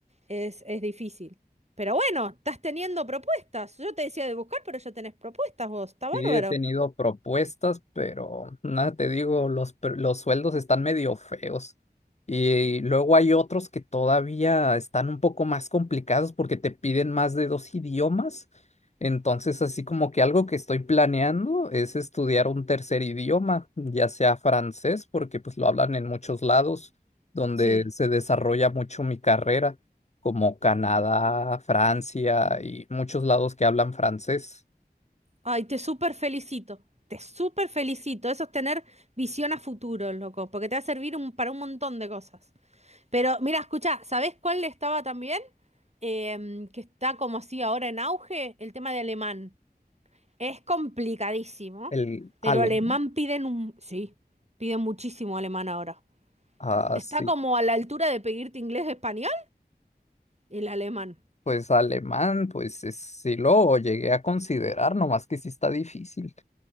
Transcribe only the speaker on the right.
Es, es difícil. Pero bueno, estás teniendo propuestas. Yo te decía de buscar, pero ya tenés propuestas vos. Está bárbaro.
Sí.
Ay, te súper felicito. Te súper felicito. Eso es tener visión a futuro, loco. Porque te va a servir un- para un montón de cosas. Pero mira, escucha, ¿sabés cuál estaba también? Em, que está como así ahora en auge. El tema de alemán. Es complicadísimo.
Pero
alemán piden un... Sí, piden muchísimo alemán ahora.
Está
como a la altura de pedirte inglés o español. El alemán.